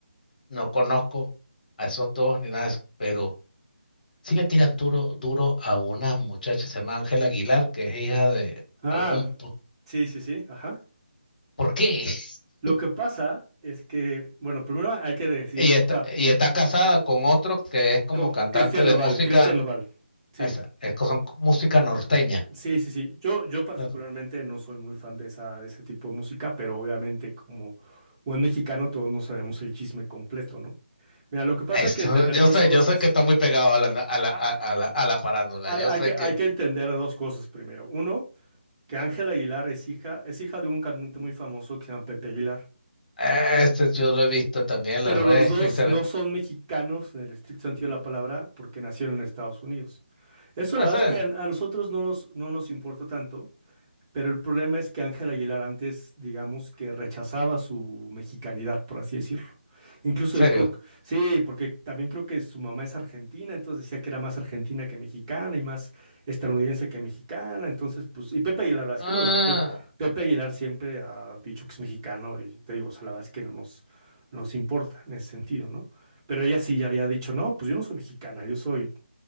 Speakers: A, on the left; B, on the right.
A: No conozco a esos dos ni nada de eso, pero sí le tiran duro, duro a una muchacha, se llama Ángela Aguilar, que es hija de
B: Ah,
A: algún... po-
B: sí, sí, sí, ajá.
A: ¿Por qué? <laughs>
B: Lo que pasa es que, bueno, primero hay que decir,
A: Y
B: que,
A: está,
B: o sea,
A: y está casada con otro que es como
B: con
A: cantante
B: Cristian
A: de
B: Nodal,
A: música,
B: Cristian Nodal, sí.
A: esa, es, que son música norteña.
B: Sí, sí, sí. Yo, yo particularmente
A: Claro.
B: no soy muy fan de esa, de ese tipo de música, pero obviamente como buen mexicano todos no sabemos el chisme completo, ¿no? Mira, lo que pasa
A: Esto,
B: es que entender
A: yo
B: dos
A: sé,
B: cosas.
A: yo sé que está muy pegado a la, a la,
B: Ah,
A: a, a la, a la farándula.
B: Hay,
A: Yo
B: hay
A: sé
B: que,
A: que
B: hay que entender dos cosas primero. Uno, que Ángela Aguilar es hija, es hija de un cantante muy famoso que se llama Pepe Aguilar.
A: eh, este yo lo he visto también en
B: Pero
A: las redes
B: los dos
A: y se
B: no
A: ve.
B: son mexicanos en el estricto sentido de la palabra porque nacieron en Estados Unidos. Eso
A: Ah,
B: la verdad
A: ¿sí?
B: es que a, a nosotros no nos, no nos importa tanto Pero el problema es que Ángel Aguilar antes, digamos que rechazaba su mexicanidad, por así decirlo. Incluso
A: ¿En serio?
B: dijo, sí, porque también creo que su mamá es argentina, entonces decía que era más argentina que mexicana y más estadounidense que mexicana. Entonces, pues, y Pepe Aguilar, la verdad es
A: Ah,
B: que no, la Pep- Pepe Aguilar siempre ha dicho que es mexicano y te digo, o sea, la verdad es que no nos, no nos importa en ese sentido, ¿no? Pero ella sí ya había dicho, no, pues yo no soy mexicana, yo soy